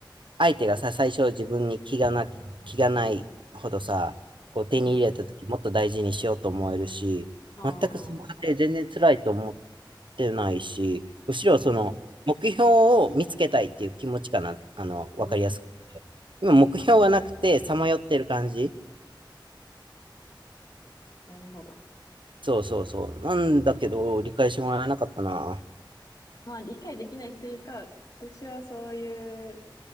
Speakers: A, on the right (about 75°); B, on the left (about 50°).
A: 相手がさ、最初自分に気がな、気がないほどさ、こう手に入れた時もっと大事にしようと思えるし、
B: うん、あ
A: 全くその過程全然辛いと思
B: あ、
A: てないし、むしろその目標を見つけたいっていう気持ちかな、
B: うん、う
A: あの、わかりやすく言うと。
B: ん、
A: 今、目標がなくて、さまよってる感じ。
B: なるほど。
A: そうそうそう。なんだけど、理解してもらえなかったな。
B: まあ理解できないというか、私はそういう、